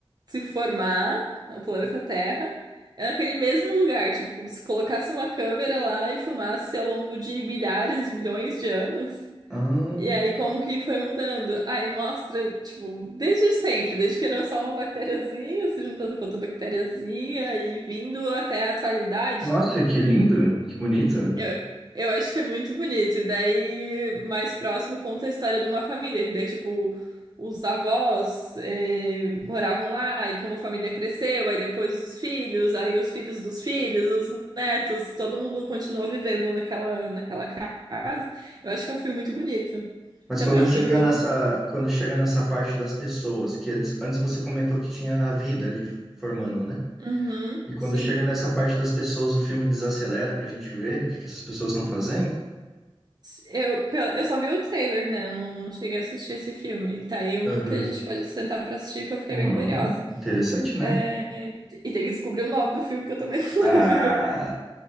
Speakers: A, on the right; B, in the centre.
A: se formar, o planeta Terra, é naquele mesmo lugar, tipo, como se colocasse uma câmera lá e filmasse ao longo de milhares, milhões de anos.
B: Ah,
A: E aí, como que foi mudando? Aí mostra, tipo, desde sempre, desde que era só uma bactériazinha se juntando com outra bactériazinha e vindo até a atualidade.
B: nossa, que lindo, que bonito.
A: Eu, eu acho que é muito bonito. E daí, mais próximo, conta a história de uma família. Que daí, tipo, os avós eh, moravam lá e como a família cresceu, aí depois os filhos, aí os filhos dos filhos, os netos, todo mundo continuou vivendo naquela, naquela casa. Eu acho que é um filme muito bonito.
B: Mas
A: Também
B: quando
A: é
B: chega
A: um filme de
B: nessa,
A: um.
B: quando chega nessa parte das pessoas, que antes, antes você comentou que tinha a vida ali formando, né?
A: Uhum,
B: E quando
A: sim.
B: chega nessa parte das pessoas, o filme desacelera pra gente ver o que que essas pessoas estão fazendo.
A: Eu, pe- eu só vi o trailer, né? Eu não, não cheguei a assistir esse filme. Tá aí um
B: Aham.
A: que a gente pode sentar pra assistir, que eu fiquei
B: Hum,
A: bem curiosa.
B: interessante, né?
A: É, E e tem que descobrir o nome do filme, que eu também não <laughs>
B: Ah,
A: lembro.